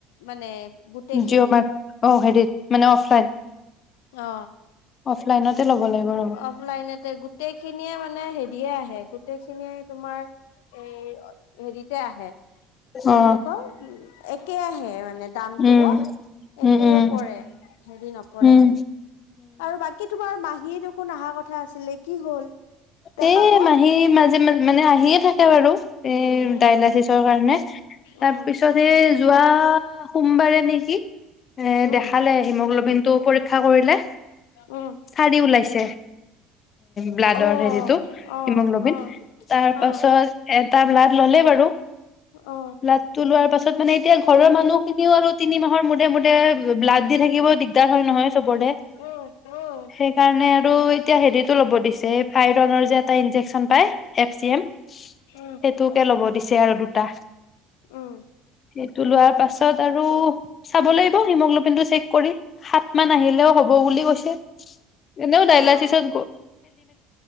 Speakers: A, on the left; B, on the left.
A: মানে। গোটেইখিনি
B: জিঅ' মাত অ হেৰি। মানে অফলাইন।
A: অ
B: অফলাইনতে ল'ব লাগিব ৰ'ব
A: অফলাইনতে গোটেইখিনিয়ে মানে হেৰিয়ে আহে গোটেইখিনিয়ে তোমাৰ এই। হেৰিতে আহে। কি
B: অ
A: বুলি কয় উম একে আহে মানে দামটোও
B: উম
A: একেই
B: উম উম
A: পৰে হেৰি নপৰে।
B: উম
A: আৰু বাকী তোমাৰ মাহীয়ে দেখোন অহাৰ কথা। আছিলে কি হ'ল দেখাব
B: হে মাহী মাজে মাজে। মানে আহিয়ে থাকে। বাৰু এই
A: উম
B: ডায়নাইটিছৰ কাৰণে তাৰপিছত
A: উম
B: এই। যোৱা সোমবাৰে নেকি। এ
A: উম
B: দেখালে হিমোগ্ল'বিন। তো পৰীক্ষা কৰিলে।
A: উম
B: চাৰি ওলাইছে? ব্লাদৰ
A: অ
B: হেৰীটো
A: অ
B: হিমগ্লবিন,
A: অ
B: তাৰ
A: অ
B: পাছত এ। এটা ব্লাড। ল'লে বাৰু
A: অ
B: ব্লাডটো লোৱাৰ পাছত। মানে এতিয়া। ঘৰৰ মানুহ খিনিও আৰু তিনি মাহৰ মূৰে মূৰে ব্লাড দি থাকিব দিগদাৰ হয় নহয় চবৰে
A: উম উম উম
B: সেইকাৰণে আৰু এতিয়া হেৰিত। টো লব দিছে ফাইলনৰ যে এটা মেডিচিন পায় এফ্চিয়েম
A: উম
B: সেইতোকে লব দিছে আৰু দুটা,
A: উম
B: সেইটো লোৱাৰ পিছত আৰু চাব লাগিব হীমগ্লবিনটো ছেক কৰি সাত কিমান আহিলেও হ'ব বুলি কৈছে এনেও ডাইলাচিছত
A: অ অ